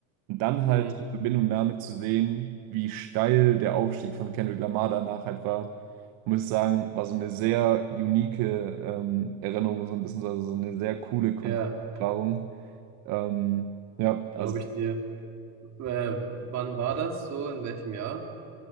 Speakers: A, on the right (about 55°); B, on the right (about 40°).
A: Und dann halt
B: mhm.
A: in Verbindung damit zu sehen, wie steil der Aufstieg von Kendrick Lamar danach halt war, muss ich sagen, war so eine sehr unique ähm, Erinnerung, so ein bisschen, so- also so eine sehr coole Konzerterfahrung.
B: Ja,
A: Ähm, ja, also.
B: glaube ich dir. Äh, wann war das so? In welchem Jahr?